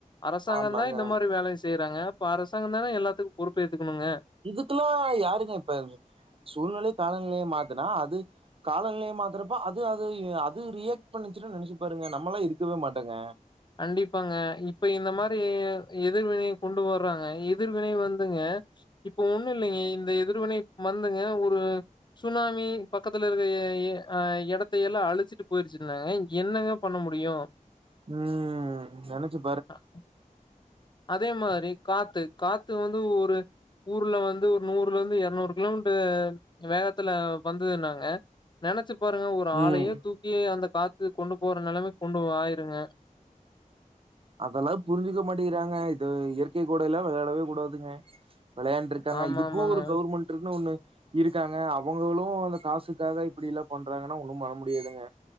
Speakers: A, on the left; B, on the right.
A: அரசாங்கந்
B: ஆமாங்க
A: தா இந்த மாரி வேலைய செய்றாங்க ப்ப அரசாங்கந் தான எல்லாத்துக்கு பொறுப்பேத்துக்கணுங்க
B: இதுக்குல்லா யாருங்க இப்ப சூழ்நிலை காலநிலைய மாத்துனா அது காலநிலைய மாத்தறப்பா அது அது அது ரியாக்ட் பண்ணிச்சுன்ன நெனச்சு பாருங்க நம்மல்லா இருக்கவே மாட்டங்க
A: கண்டிப்பாங்க இப்ப இந்த மாரி எதிர்வினைைய கொண்டு வர்றாங்க எதிர்வினை வந்துங்க இப்ப ஒண்ணு இல்லைங்க இந்த எதிர்வினை வந்துங்க ஒரு சுனாமி பக்கத்துல இருக்க எ எ அ எடத்த எல்லா அழிச்சிட்டு போயிருச்சுனாங்க என்னங்க பண்ண முடியு
B: ம் நெனச்சு
A: ஆஹ அதே மாரி காத்து காத்து வந்து ஒரு ஊர்ல வந்து ஒரு நூறுல இருந்து எரநூறு கிலோமீட்டர் வேகத்துல வந்தது நாங்க நெனச்சு பாருங்க ஒரு
B: ம்
A: ஆளையே தூக்கி அந்த காத்து கொண்டு போற நேலமைக்கு கொண்டு ஆயிருங்க
B: அதல்லா புரிஞ்சுக்க மாட்டிக்றாங்க இத இயற்கை கூடை எல்லா விளையாடவே கூடாதுங்க விளையாண்ட்ருக்காங்க
A: ஆமா,
B: இதுக்கு
A: ஆமாங்க.
B: ஒரு கவுர்மெண்ட் இருக்ன்னு ஒண்ணு இருக்காங்க அவங்களு‌அந்த காசுக்காக இப்டில்லா பண்றாங்கன்னா ஒன்னும் பண்ண முடியாதுங்க